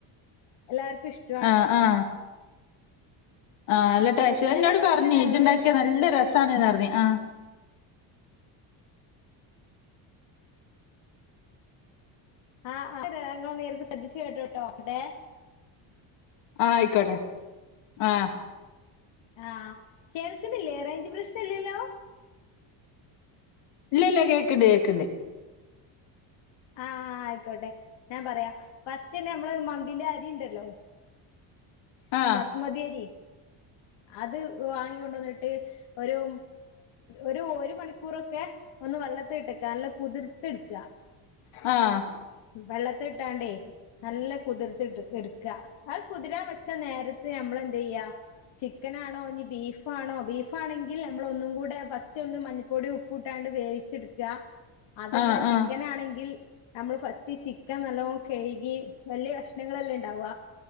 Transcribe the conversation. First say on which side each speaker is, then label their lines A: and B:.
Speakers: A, on the left; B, on the left.
A: എല്ലാർക്ക് ഇഷ്ട
B: ആഹ് ആഹ്
A: ഉം
B: ആഹ് അല്ലട്ടേ <unintelligible>
A: ന്നാ ഞാൻ പറഞ്ഞരാ
B: പറഞ്ഞു ഇഞ്ണ്ടാക്കിയ
A: ഞങ്ങള്
B: നല്ല രസാണന്ന് പറഞ്ഞ് ആഹ്
A: ആഹ് അ ഞങ്ങൾ നേരിക്ക് ശ്രദ്ധിച്ചു കേട്ടോട്ടോ ഏ
B: ആഹ് ആയിക്കോട്ടെ ആഹ്
A: ആഹ് കേൾക്ക്ണില്ലേ റേൻജ് പ്രശ്നല്ലല്ലോ
B: ഇല്ല ല്ല കേക്ക്ണ്ട് കേക്ക്ണ്ട്
A: ആഹ് ആയിക്കോട്ടെ ഞാം പറയാ ഫസ്റ്റെന്നെ നമ്മള് മന്തിന്റെ അരിണ്ടല്ലോ
B: ആഹ്
A: ബസ്മതിയരി അത് വാങ്ങിക്കൊണ്ടന്നിട്ട് ഒരു ഒരു ഒരു മണിക്കൂറൊക്കെ ഒന്ന് വെള്ളത്തി ഇട്ടക്ക നല്ല കുതിർത്ത്ട്ക്കാ
B: ആഹ്
A: വെള്ളത്തിലിട്ടാണ്ടേ നല്ല കുതിർത്തിട്ട് എട്ക്കാ അത് കുതിരാം വെച്ച നേരത്ത് നമ്മളെന്തീയ്യാ ചിക്കനാണോ ഞ്ഞി ബീഫാണോ ബീഫാണെങ്കിൽ നമ്മളൊന്നും കൂടെ ഫസ്റ്റൊന്ന് മഞ്ഞ പൊടി ഉപ്പ്ട്ടാണ്ട് വേവിച്ചെട്ക്ക. അതല്ല
B: ആഹ്
A: ചിക്കനാണെങ്കിൽ
B: ആഹ്
A: നമ്മള് ഫസ്റ്റ് റ്റ് ചിക്കൻ നല്ലോം കയ്കി വല്ല്യേ കഷണങ്ങളല്ലെ ഇണ്ടാവ